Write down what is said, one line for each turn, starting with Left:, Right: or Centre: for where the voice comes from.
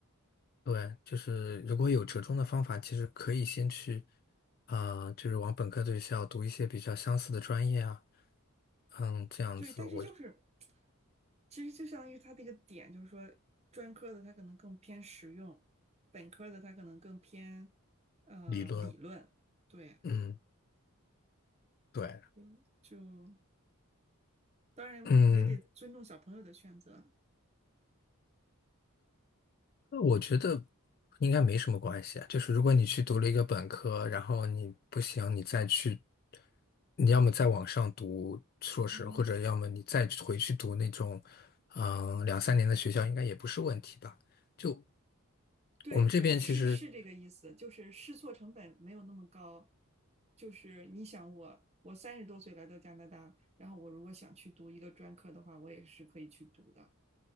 Left: 对，就是如果有折中的方法，其实可以先去，啊、就是往本科的学校读一些比较相似的专业啊，嗯，这样子我
Right: 对，但是就是，其实就相当于他这个点，就是说专科的他可能更偏实用，本科的他可能更偏呃理论。
Left: 理论，
Right: 对，
Left: 嗯，对，
Right: 就就当然也得尊重小朋友的选择。
Left: 嗯，我觉得应该没什么关系啊。就是如果你去读了一个本科，然后你不行，你再去，你要么再往上读硕士，
Right: 嗯。
Left: 或者要么你再回去读那种，嗯、两三年的学校，应该也不是问题吧？就
Right: 对哎对，
Left: 我们这边其实。
Right: 是是这个意思，就是试错成本没有那么高。就是你想我，我三十多岁来到加拿大，然后我如果想去读一个专科的话，我也是可以去读的。